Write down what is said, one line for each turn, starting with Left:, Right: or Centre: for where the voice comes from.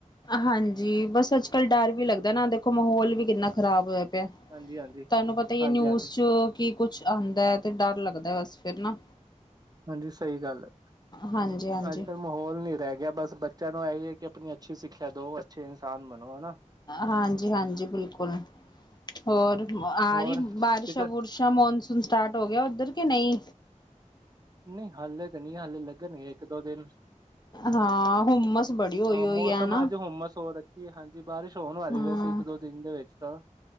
Left: ਹਾਂਜੀ ਬਸ ਅੱਜ ਕੱਲ ਡਰ ਵੀ ਲੱਗਦਾ ਨਾ ਦੇਖੋ ਮਹੌਲ ਵੀ ਕਿੰਨਾ ਖ਼ਰਾਬ ਹੋਇਆ ਪਿਆ।
Right: ਹਾਂਜੀ-ਹਾਂਜੀ,
Left: ਤੁਹਾਨੂੰ ਪਤਾ ਈ
Right: ਹਾਂਜੀ-ਹਾਂਜੀ,
Left: ਹੈ, ਨਿਊਜ਼
Right: ਹਾਂਜੀ ਹਾਂਜੀ
Left: ਚ ਕੀ ਕੁਛ ਆਉਂਦਾ ਹੈ, ਤੇ ਡਰ ਲੱਗਦਾ ਬਸ ਫਿਰ ਨਾ।
Right: ਹਾਂਜੀ ਸਹੀ ਗੱਲ ਏ,
Left: ਹਾਂਜੀ ਹਾਂਜੀ
Right: ਅੱਜ ਕੱਲ ਮਾਹੌਲ ਨੀ ਪੈ ਗਿਆ ਬਸ, ਬੱਚਿਆਂ ਨੂੰ ਇਹਹੀ ਹੈ ਕਿ ਆਪਣੀ ਅੱਛੀ ਸਿੱਖਿਆ ਦੋ, ਅੱਛੇ ਇਨਸਾਨ ਬਣੋ ਹਨਾ।
Left: ਹਾਂਜੀ-ਹਾਂਜੀ ਬਿਲਕੁਲ। ਹੋਰ ਆ
Right: ਹੋਰ
Left: ਰਹੀ ਬਾਰਸ਼ਾਂ-ਬੁਰਸ਼ਾਂ
Right: ਕਿੱਧਰ
Left: ਮੋਨ ਸਟਾਰਟ ਹੋ ਗਿਆ ਉਧਰ, ਕਿ ਨਹੀਂ?
Right: ਨਈ ਹਾਲੇ ਤੇ ਨਹੀਂ, ਹਾਲੇ ਲੱਗਣਗੇ ਇੱਕ ਦੋ ਦਿਨ।
Left: ਹਾਂ ਹੁਮਸ ਬੜੀ ਹੋਈ
Right: ਹਾਂ
Left: ਹੋਈ
Right: ਮੌਸਮ
Left: ਹੈ ਨਾ
Right: ਅੱਜ ਹੁਮਸ ਹੋ ਰੱਖੀ ਏ, ਹਾਂਜੀ। ਬਾਰਿਸ਼ ਹੋਣ ਵਾਲੀ
Left: ਹਾਂ
Right: ਵੈਸੇ, ਇੱਕ ਦੋ ਦਿਨ ਦੇ ਵਿੱਚ ਤਾਂ।